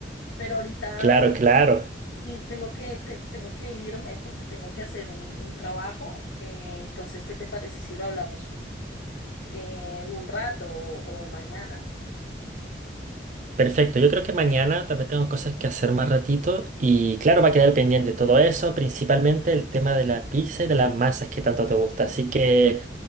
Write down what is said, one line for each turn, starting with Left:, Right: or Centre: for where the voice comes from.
Left: Pero ahorita,
Right: Claro,
Left: pues,
Right: claro.
Left: sí, tengo que, te- tengo que irme porque tengo que hacer un, un trabajo. Eh, entonces, ¿qué te parece si lo hablamos eh, en un rato o o mañana?
Right: Perfecto, yo creo que mañana también tengo cosas que hacer más ratito y claro, va a quedar pendiente todo eso, principalmente el tema de la pizza y de las masas que tanto te gusta. Así que...